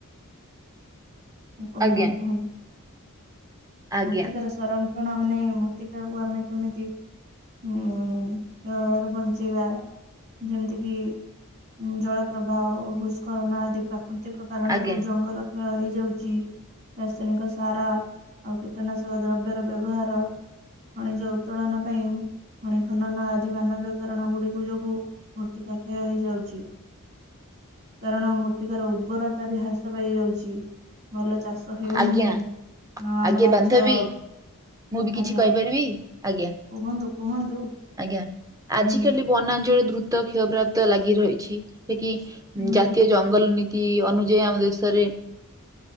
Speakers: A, on the right (about 45°); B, on the right (about 15°).
A: ଆପଣ
B: ଆଜ୍ଞା
A: କଣ କୁହନ୍ତୁ
B: ଆଜ୍ଞା
A: ମୃତ୍ତିକାର ସଂରକ୍ଷ ନାଇଁ ମାନେ ମୃତ୍ତିକାକୁ ଆମେ କେମିତି ହଁ କ୍ଷୟହାବାରୁ ବଞ୍ଚେଇବା ଯେମିତିକି ଜଳ ପ୍ରବାହ ଭୂସ୍କଳନ ଆଦି ପ୍ରାକୃତିକ କାରଣରୁ
B: ଆଜ୍ଞା
A: ଜଙ୍ଗଲ କ୍ଷୟ ହେଇଯାଉଛି। ରାସାୟନିକ ସାର ଆଉ କୀଟନାଶକ ଦ୍ରବ୍ୟର ବ୍ୟବହାର। ଖଣିଜ ଉତ୍ତୋଳନ ପାଇଁ। ଖଣି ଖନନ ଆଦି ମାନବୀୟ କାରଣ ଗୁଡିକ ଯୋଗୁ ମୂର୍ତ୍ତିକାକ୍ଷୟ ହେଇଯାଉଛି। କାରଣ ମୃତ୍ତିକାର ଉର୍ବରତା ବି ହ୍ରାସ ପାଇଯାଉଛି। ଭଲ ଚାଷ ହେଉନାହିଁ
B: ଆଜ୍ଞା
A: ହଁ ଆମ
B: ଆଜ୍ଞା
A: ରାଜ୍ୟ।
B: ବାନ୍ଧବୀ ମୁଁ ବି
A: ଆଜ୍ଞା
B: କିଛି କହିପାରିବି ଆଜ୍ଞା
A: କୁହନ୍ତୁ କୁହନ୍ତୁ
B: ଆଜ୍ଞା।
A: କୁହନ୍ତୁ।
B: ଆଜିକାଲି ବନାଞ୍ଚଳରେ ଦୃତ କ୍ଷ୍ୟପ୍ରାପ୍ତ ଲାଗି ରହିଛି ସେକି ଜାତୀୟ
A: ହୁଁ
B: ଜ ଜଙ୍ଗଲ ନୀତି ଅନୁଯାୟୀ ଆମ ଦେଶରେ।